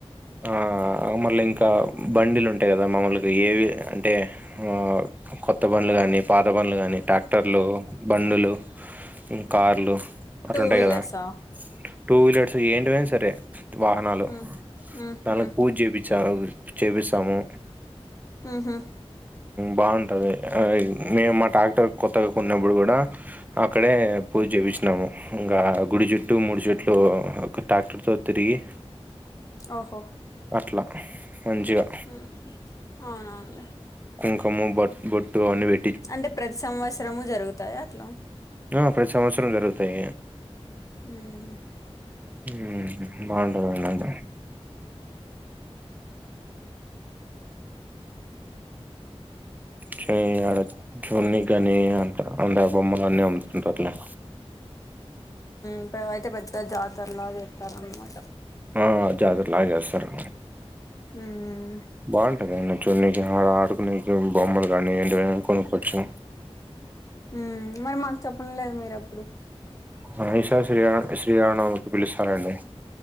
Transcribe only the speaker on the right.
ఆ మళ్ళి ఇంక బండిలు ఉంటయ్ గదా మాములుగ ఏవి అంటే. ఆ కొత్. బండ్లు గానీ పాత బండ్లు డానీ ట్రాక్టర్లు బండులు కార్లు. గట్లుంటయి
గదా టూ వీలర్స్ ఏంటివైన సరే. వాహనాలు
దాన్లకి
పూజ చేపిచారు చేపిస్తాము.
బావుంటది మేము మా ట్రాక్టర్ కొత్తగ కొన్నప్పుడు కూడ. అక్కడే పూజ చేపిచినాము ఇంగా గుడి చుట్టూ మూడు చుట్లు. ట్రాక్టర్తో తిరిగి.
అట్ల మంచిగా
కుంకము బొట్ బొట్టు అని వె
ఆ ప్రతి సంవత్సరం జరుగుతాయి
ఊహూ బావుంటది అనమాట చుమ్ ఆడ చూన్నీ కనీ అంతా అందా బొమ్మలు అన్నీ అమ్ముతుంటారులే
ఆ జాతర లాగా చేస్తారు
బావుంటాదైనా చూడనీకి ఆడ ఆడుకునేకి బొమ్మలు కానీ ఏంటివైనా కొనుక్కొచ్చు
హా ఈసారి శ్రీరామ్ శ్రీరామనవమికి పిలుస్తారండి